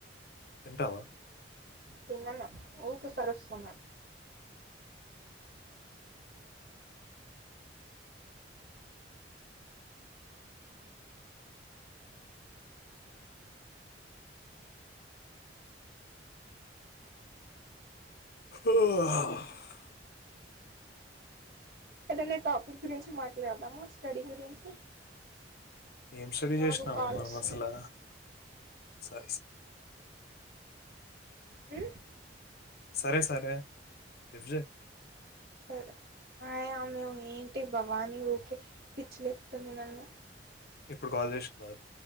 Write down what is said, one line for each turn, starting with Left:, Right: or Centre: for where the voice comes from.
Left: తింటావా
Right: తినను ఊకు కరుస్తున్నా
Left: ఆ
Right: ఏదైనా టాపిక్ గురించి మాట్లాడదామా స్టడీ గురించి
Left: ఏం స్టడీ
Right: నాకు
Left: చేసినామే
Right: కాల్
Left: మనం
Right: వస్తుంది
Left: అసలా సరే సరే
Right: ఆ
Left: సరే సరే లిప్ట్ జెయి
Right: సరే ఆయ ఆమె ఏంటి భవానీ ఊకే పిచ్చిలేపుతుంది నన్ను
Left: ఇప్పుడు కాల్ చేసినారు